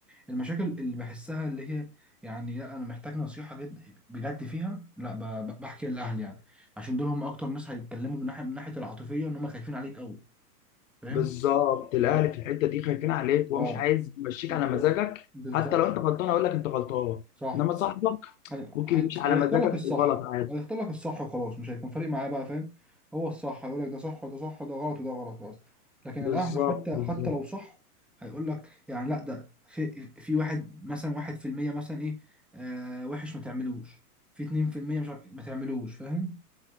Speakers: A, in the centre; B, on the left.
A: المشاكل اللي بحسها اللي هي يعني لا انا محتاج نصيحة جد بجد فيها لا ب- ب- بحكي لاهلي يعني عشان دول هم اكتر ناس هيتكلموا من ناحيه من ناحيه العاطفيه ان هم خايفين عليك قوي فاهم
B: بالظبط الاهل
A: بالظبط
B: في الحته دي خايفين عليك وهو
A: اه
B: مش عايز يمشيك على
A: هو-
B: مزاجك
A: بالظبط
B: حتى لو انت غلطان هيقول لك انت غلطان
A: صح
B: انما صاحبك
A: هي...
B: ممكن
A: هي...
B: يمشي على
A: هيختار
B: مزاجك
A: لك الصح
B: وغلط عادي
A: هيختار لك الصح وخلاص مش هيكون فارق معاه بقى فاهم هو الصح هيقول لك ده صح وده صح وده غلط وده غلط خلاص لكن
B: بالظبط
A: الاهل حتى
B: بالظبط
A: حتى لو صح هيقول لك يعني لا ده في في واحد مثلا واحد في المية مثلا ايه آه وحش ما تعملوش في اتنين في المية مش عارف ما تعملوش فاهم